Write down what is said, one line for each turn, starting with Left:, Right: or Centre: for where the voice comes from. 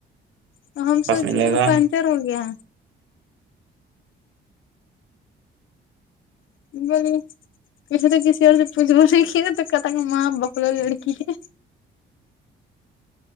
Left: تو ہم
Right: بس
Left: سوچے
Right: ملے
Left: تھا
Right: گا
Left: پانچر ہو گیا <inaudible> پھے تو کسی و سے پوچھ ب نہیں کی نا تو کتا کا م بکلا لڑکی تھ